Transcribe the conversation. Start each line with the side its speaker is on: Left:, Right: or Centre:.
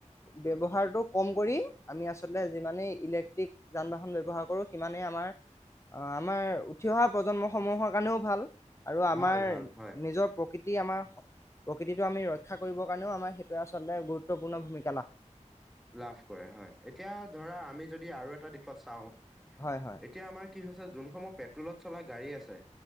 Left: ব্যৱহাৰটোক কম কৰি আমি আচলতে যিমানেই ইলেক্ট্ৰিক যান বাহন ব্যৱহাৰ কৰোঁ, সিমানেই আমাৰ অঁ, আমাৰ উঠি অহা প্ৰজন্মসমূহৰ কাৰণেও ভাল, আৰু আমাৰ
Centre: ভাল ভাল হয়
Left: নিজৰ প্ৰকৃতি আমাৰ প্ৰকৃতিটো আমি ৰক্ষা কৰিবৰ কাৰণেও আমাৰ সেইটোৱে আচলতে গুৰুত্বপূৰ্ণ ভূমি
Centre: লাভ কৰে হয়, এতিয়া ধৰা, আমি যদি আৰু এটা দিশত চাও।
Left: হয় হয়
Centre: এতিয়া আমাৰ কি হৈছে যোনসমূহ পেট্ৰলত চলা গাড়ী আছে,